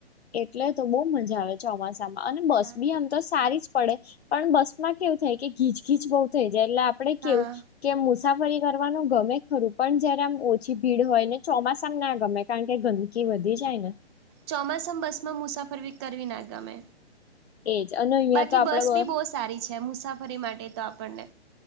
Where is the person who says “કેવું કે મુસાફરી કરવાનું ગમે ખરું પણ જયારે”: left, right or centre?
Left